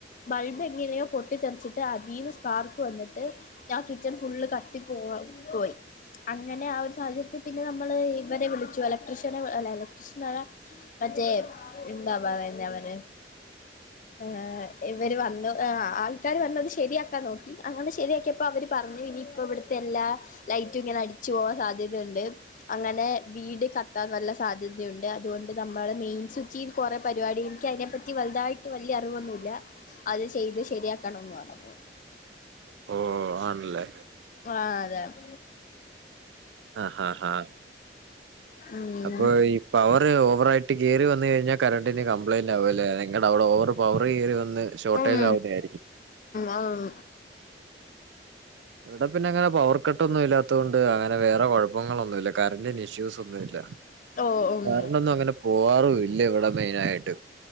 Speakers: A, on the left; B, on the right.
A: ബൾബ് എങ്ങനെയോ പൊട്ടിത്തെറിട്ട് അതി സ്പാർക്ക് വന്നിട്ട് ഞാൻ കിച്ചൺ ഫുള്ള് കത്തി പോവാ പോയി അങ്ങനെ ആ ഒരു സാഹചര്യ തി പിന്നെ നമ്മള് ഇവരെ വിളിച്ചു ഇലക്ട്രീഷ്യനെ ഇലക്ട്രീഷ്യനയ മറ്റേ എന്താ പറ <unintelligible> അവരെ ആ ഇവര് വന്നു ആൾക്കാര് വന്ന് അത് ശരിയാക്കാൻ നോക്കി അങ്ങനെ ശരിയാക്കിപ്പോ അവര് പറഞ്ഞതി അപ്പം ഇവിടുത്തെ എല്ലാ ലൈറ്റും ഇങ്ങനെ അടിച്ചു പോവാൻ സാധ്യത ണ്ട് അങ്ങനെ വീട് കത്താനുള്ള സാധ്യതയുണ്ട് അതുകൊണ്ട് നമ്മള് മെയിൻ സ്വിച്ചി <unintelligible> എന്താ പരിപാടി എനിക്ക് അതിനെപ്പറ്റി വലിയായിട്ട് ട്ടു വലിയ അറിവൊന്നുല്ല അത് ചെയ്ത് ശെരിയാക്കണമെന്ന് പറഞ്ഞു
B: ഓഹ് ആണല്ലേ
A: ആഹ് അതാണ്
B: ആഹ് ആഹ് ആഹ്
A: ഉം
B: അപ്പൊ ഈ പവറെ ഓവറായിട്ട് കേറി വന്നുകഴിഞ്ഞാൽ കറണ്ടിനു കംപ്ലയിന്റ് ആവുമല്ലേ നിങ്ങളുടെ അവിടെ ഓവർ പവറു കേറി വന്ന് ഒന്ന് ഷോട്ടാജ്
A: ഉം
B: ആവുന്നെ ആയിരിക്കും
A: ഉം
B: ഇവിടെ പിന്നെ അങ്ങനെ പവർ കട്ട് ഒന്നും ഇല്ലാത്ത കൊണ്ട് അങ്ങനെ വേറെ കുഴപ്പങ്ങളൊന്നും ഇല്ല കറന്റിന്റെ ഇഷ്യൂസ് ഒന്നും ഇല്ല
A: ഓ ഉം
B: കറന്റ് ഒന്നും അങ്ങനെ പോവാറുമില്ല ഇല്ല ഇവിടെ മൈനായിട്ടു